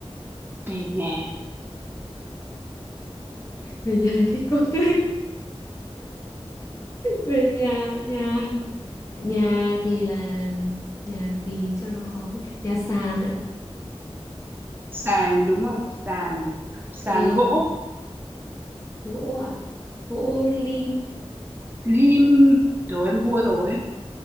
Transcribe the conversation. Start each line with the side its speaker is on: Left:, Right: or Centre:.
Right: về nhà.
Left: về nhà đi con <laughs> về nhà nhà nhà thì là nhà gì cho nó khó nhà sàn ạ
Right: Sàn đúng không? Sàn. Sàn
Left: là
Right: gỗ.
Left: gỗ ạ gỗ lim
Right: Lim. Đồ em thua rồi.